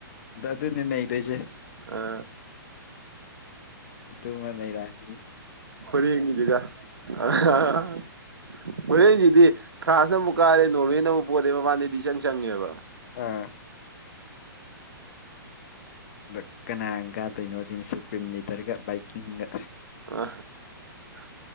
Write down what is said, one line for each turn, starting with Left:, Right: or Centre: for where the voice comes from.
Left: ꯗꯗꯨꯅꯤ ꯅꯩꯗꯣꯏꯁꯦ
Right: ꯑꯥ
Left: ꯑꯗꯨꯃ ꯅꯩꯔꯅꯤ
Right: ꯍꯣꯔꯦꯟꯒꯤꯁꯤꯒ <inaudible> ꯍꯣꯔꯦꯟꯖꯤꯗꯤ ꯈ꯭ꯔꯥꯟꯁꯅ ꯑꯃꯨꯛ ꯀꯥꯔꯦ ꯅꯣꯔꯋꯦꯅꯃꯨꯛ ꯄꯣꯔꯦ ꯃꯕꯥꯟꯅꯤꯗꯤ ꯏꯆꯪ ꯆꯪꯉꯦꯕ
Left: ꯑꯥ ꯗ ꯀꯅꯥ ꯀꯥꯗꯣꯏꯅꯣ ꯁꯤꯅꯤ ꯁꯨꯄ꯭ꯔꯤꯝ ꯂꯤꯗꯔꯒ ꯕꯥꯏꯛꯀꯤꯡꯒ
Right: <inaudible>